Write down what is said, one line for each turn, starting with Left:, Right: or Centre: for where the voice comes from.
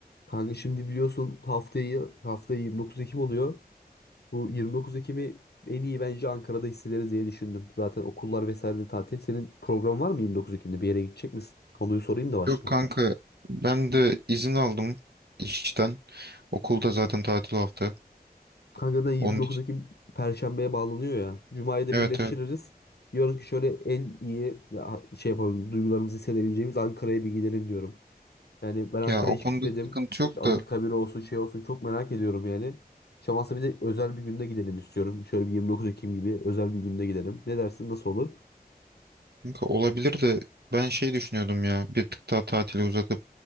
Left: Kanka şimdi biliyorsun haftayı haftayı 29 Ekim oluyor. Bu 29 Ekim'i en iyi bence Ankara'da hissederiz diye düşündüm. Zaten okullar vesaire de tatil. Senin programın var mı 29 Ekim'de? Bir yere gidecek misin? Konuyu sorayım da başlayayım.
Right: Yok kanka ben de izin aldım işten. Okulda zaten tatil hafta.
Left: Kanka da 29
Right: Onun için
Left: Ekim Perşembe'ye bağlanıyor ya. Cuma'yı da
Right: evet
Left: birleştiririz.
Right: evet.
Left: Diyorum ki şöyle en iyi ya, şey yapalım duygularımızı hissedebileceğimiz Ankara'ya bir gidelim diyorum. Yani ben Ankara'ya
Right: Ya o
Left: hiç
Right: konuda
Left: gitmedim.
Right: sıkıntı yok
Left: İşte Anıtkabir
Right: da
Left: olsun şey olsun çok merak ediyorum yani. Şamansa bir de özel bir günde gidelim istiyorum. Şöyle bir 29 Ekim gibi özel bir günde gidelim. Ne dersin nasıl olur?
Right: kanka olabilir de ben şey düşünüyordum ya bir tık daha tatili uzatıp